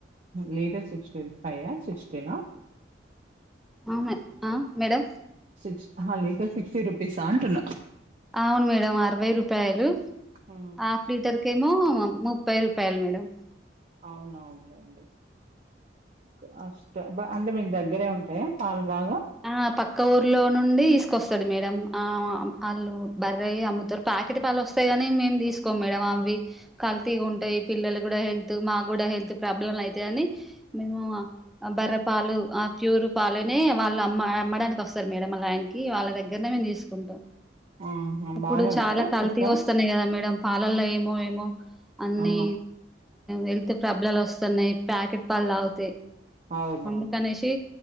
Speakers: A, on the right; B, in the centre.
A: లీటర్ సిస్టీ ఫైవ సిక్స్టీనా
B: అమే ఆ మేడం
A: సిక్స్ ఆహా లీటర్ సిక్స్టీ రూపీస అంటున్నా
B: అవును మేడం అరవై రూపాయలు
A: ఉమ్,
B: హాఫ్ లీటర్ కేమో ముప్పై రూపాయలు మేడం
A: అవునవునండి కాష్ట్ అంటే మీకు దగ్గరే ఉంటాయా పాల్ బాగా
B: ఆ పక్క ఊర్లో నుండి తీసుకొస్తాది మేడం ఆమా ఆళ్ళు బర్రాయే అమ్ముతరు పా పాకిట్ పల్ ఒస్తయ్ గాని మేం తీసుకోం మేడ అవి కల్తి ఉంటయ్ పిల్లలు కూడా హెల్త్ మా కూడా హే హెల్త్ ప్రాబ్లెమ్లైతయని మేము అ బర్రె పాలు ఆ ప్యూర్ పాలనే వాళ్ళ అం మా అమ్మడానికి వస్తారు మేడం మా లైన్ కి వాళ్ళ దగ్గరనే మేము తీసుకుంటం
A: ఆహా!
B: ఇప్పుడు
A: బానే ఉంటాయా
B: చాలా కల్తి
A: చిక్కగా?
B: వస్తున్నాయి కదా మేడం పాలల్లో ఏమో ఏమో అన్ని
A: ఆ!
B: హెల్త్ ప్రబ్లాలు వస్తున్నాయి ప్యాకెట్ పాల్ తగుతే
A: అవునవును.
B: అందుకనేశి